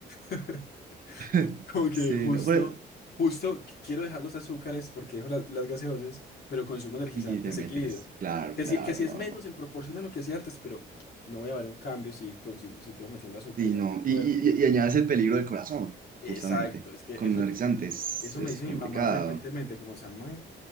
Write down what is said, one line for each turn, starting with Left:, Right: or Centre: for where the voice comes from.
Left: <laughs>
Right: <laughs>
Left: Como que
Right: Sí,
Left: justo,
Right: no, pero-
Left: justo qu- quiero dejar los azúcares porque dejo la- las gaseosas, pero consumo energizante
Right: y te
Left: seguido.
Right: metes, claro,
Left: Que
Right: claro,
Left: si, que si
Right: no,
Left: es menos
Right: no, no.
Left: en proporción a lo que hacía antes, pero no voy a ver un cambio si consigo, si sigo metiendo azúcares
Right: Y no,
Left: al, al
Right: y,
Left: cuerpo.
Right: y, y- y añades el peligro del corazón,
Left: Exacto,
Right: justamente.
Left: es que
Right: Con
Left: eso,
Right: energizantes
Left: eso
Right: es
Left: me dice
Right: complicado.
Left: mi mamá frecuentemente, como Samuel,